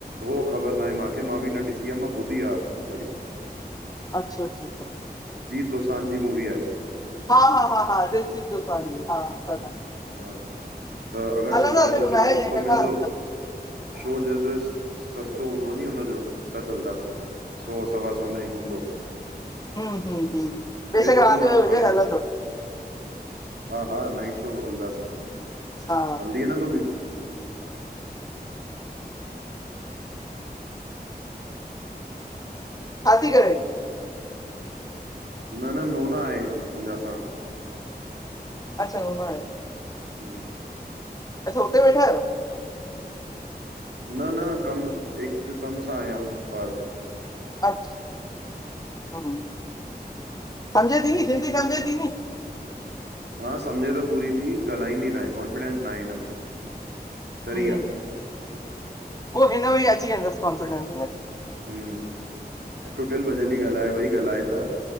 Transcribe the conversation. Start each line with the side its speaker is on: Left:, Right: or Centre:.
Right: होअ ख़बर न आहे मूंखे। मां बि न ॾिसी आह। मां ॿुधी आहे छड़ी।
Left: अच्छा-अच्छा -अच्छा
Right: दोसान जी मूवी आहे।
Left: हा-हा हा-हा दिलजित दोसान जी हा <unintelligible>
Right: हा त अगर
Left: हलंदासीं
Right: सुभाणे जो
Left: ॿुधाइजांइ
Right: शो सस्तो
Left: कठा
Right: मिलंदो
Left: हलंदासीं हा
Right: शो ज सस्तो हूंदो नी हुनजो त हलंदासीं सौ सवा सौ में ई हूंदो
Left: हूं हूं बेशक
Right: ॾिसंदमि
Left: राति
Right: मां
Left: जो वज
Right: हाणे
Left: हलंदो
Right: हा हा नाइट शो हलंदासीं
Left: हा
Right: हलंदी न तूं बि
Left: छा थी करे
Right: न नून आहे मुंहिंजा साणु
Left: अच्छा उहो न आहे
Right: हूं
Left: अच्छां हुते वेठा आहियो
Right: न न कम हिकु कम सां आया हऊं ॿाहर
Left: अच्छा हूं सम्झे थी नी सिंधी सम्झे थी नी
Right: हा सम्झे त पूरी थी ॻाल्हाईंदी ना आहे कॉन्फिडेंस ना आहे हिनखे चरी
Left: हूं
Right: आहे
Left: हो हिन में ही अची वेंदसि कॉन्फिडेंस हिन
Right: हूं टुटल भजल ई ॻाल्हाए भई ॻाल्हाए त